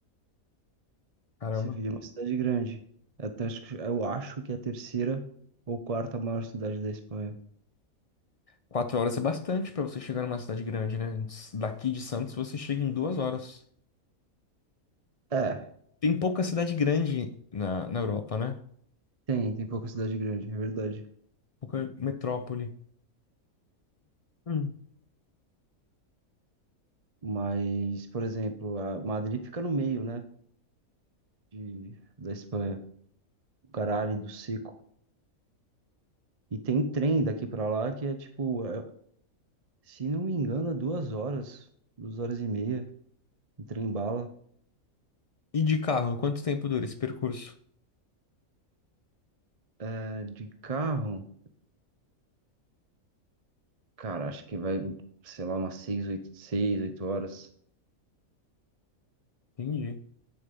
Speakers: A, on the left; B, on the right.
A: Caramba.
B: Sevilha é uma cidade grande. Eu até acho que, eu acho que é a terceira ou quarta maior cidade da Espanha.
A: Quatro horas é bastante para você chegar numa cidade grande, né? Daqui de Santos você chega em duas horas.
B: É,
A: Tem pouca cidade grande na, na Europa, né?
B: tem, tem pouca cidade grande, é verdade.
A: Pouca metrópole. Hum.
B: Mas, por exemplo, a Madrid fica no meio, né, de, da Espanha. caralho do Seco. E tem trem daqui pra lá que é tipo, é- se não me engano, é duas horas, duas horas e meia, um trem bala.
A: E de carro, quanto tempo dura esse percurso?
B: É, de carro, cara, acho que vai, sei lá, umas seis, oito, seis, oito horas.
A: Entendi.